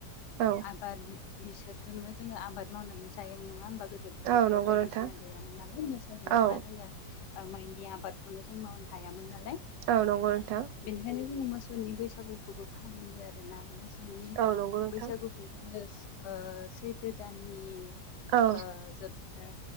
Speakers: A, on the right; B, on the left.
A: औ
B: बा बिसोरजोंनो जोङो आबाद मावनानै जायोमोन नङा होमबा गोदो ' ट्रेक्टर
A: औ नंगौ
B: बायदिसिना
A: नोंथां
B: गैामोन नालाय मोसौ नङाब्ला
A: औ
B: जोङो माइनि आबादखौनो जों मावनो हायामोन नालाय
A: औ नंगौ नोंथां
B: बेनिखायनो जोङो मोसौनि बैसागुखौबो फालियो आरोना। मोसौनि
A: औ नंगौ नोंथां
B: बैसागु जोङो ओ सैथो दाननि
A: औ
B: ओ जोबथा